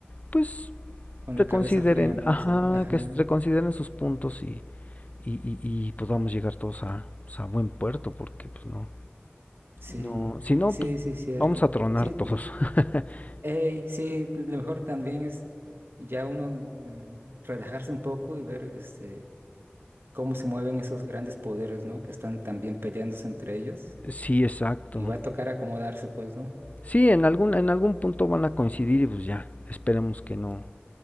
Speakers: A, on the left (about 40°); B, on the right (about 65°).
A: pues
B: con
A: reconsideren,
B: la cabeza fría, ¿no?
A: ajá,
B: O sea, ajá,
A: que s- reconsideren sus puntos y, y, y, y, pues vamos a llegar todos a, pues, a buen puerto, porque pues no,
B: sí,
A: no, si no,
B: sí,
A: pues
B: sí, cierto,
A: vamos a tronar
B: sí,
A: todos. <laughs>
B: ey, sí, lo mejor también es ya uno eh, relajarse un poco y ver, este, cómo se mueven esos grandes poderes, ¿no? Que están también peleándose entre ellos
A: Sí, exacto.
B: y va a tocar acomodarse, pues, ¿no?
A: Sí, en algún, en algún punto van a coincidir y pues ya, esperemos que no,